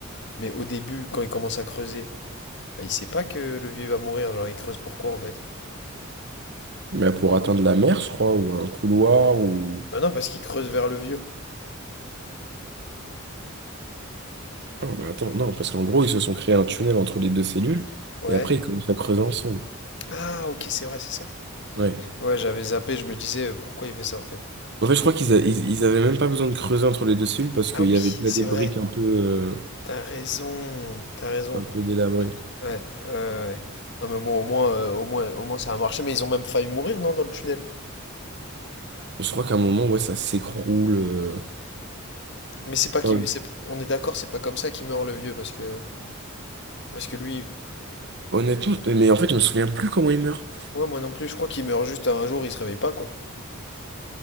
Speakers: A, on the left; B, on the right.
A: Mais au début, quand il commence à creuser, bah, il sait pas que le vieux va mourir. Genre, il creuse pourquoi en fait?
B: Mais pour atteindre la mer, je crois, ou un couloir, ou...
A: Bah non, parce qu'il creuse vers le vieux.
B: Non, mais attends, non, parce qu'en gros, ils se sont créés un tunnel entre les deux cellules,
A: Ouais.
B: et après, ils commencent à creuser ensemble.
A: Ah, ok, c'est vrai, c'est ça.
B: Ouais.
A: Ouais, j'avais zappé, je me disais euh, pourquoi il fait ça en fait.
B: En fait, je crois qu'ils a- ils, ils avaient même pas besoin de creuser entre les deux cellules, parce
A: Ah
B: qu'il
A: oui,
B: y avait déjà
A: c'est
B: des briques
A: vrai.
B: un peu, euh,
A: T'as raison, t'as raison.
B: un peu délabrées.
A: Ouais, ouais, ouais. ouais. Non mais bon, au moins, euh, au moins, au moins ça a marché, mais ils ont même failli mourir, non, dans le tunnel.
B: Je crois qu'à un moment, ouais, ça s'écroule. euh.
A: Mais c'est pas qui,
B: Enfin,
A: c'est, on est d'accord, c'est pas comme ça qu'il meurt le vieux, parce que, parce que lui,
B: honnêtement, mais en fait, je me souviens plus comment ils meurent
A: ouais, moi non plus, je crois qu'il meurt juste à un jour, il se réveille pas, quoi.